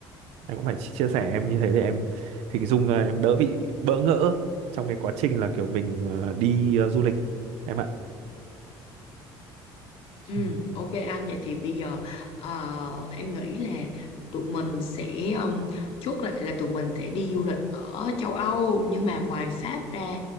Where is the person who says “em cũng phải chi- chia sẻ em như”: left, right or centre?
Right